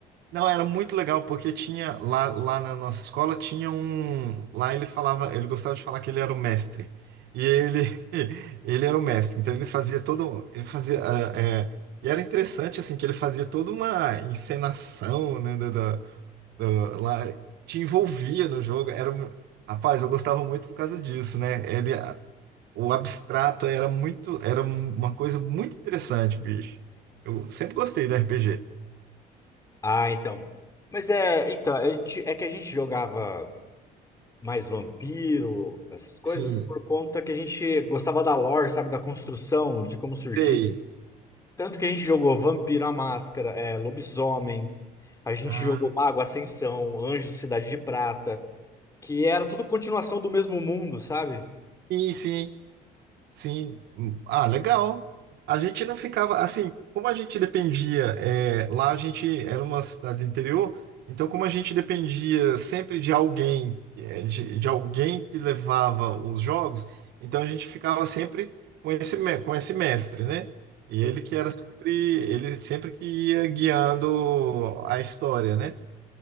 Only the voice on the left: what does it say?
Ah, então. Mas é, então, a gente- é que a gente jogava mais Vampiro, essas coisas,
por conta que a gente gostava da lore, sabe? Da construção, de como surgir.
Tanto que a gente jogou Vampiro, a Máscara, é, Lobisomem, a gente
jogou Mago, Ascensão, Anjos, Cidade de Prata, que era tudo continuação do mesmo mundo, sabe?